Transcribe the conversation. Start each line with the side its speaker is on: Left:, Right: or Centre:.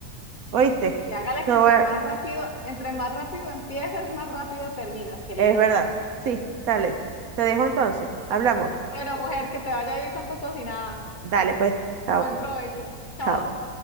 Right: ¿Oíste?
Left: sí, hágale
Right: Te
Left: que entre
Right: voy a-
Left: más rápido, entre más rápido empieces, más rápido terminas, querida.
Right: Es verdad. Sí, dale. Te dejo entonces. Hablamos.
Left: Bueno, mujer, que te vaya bien con tu cocinada.
Right: Dale, pues. Chao,
Left: Buen provecho. Chao.
Right: chao.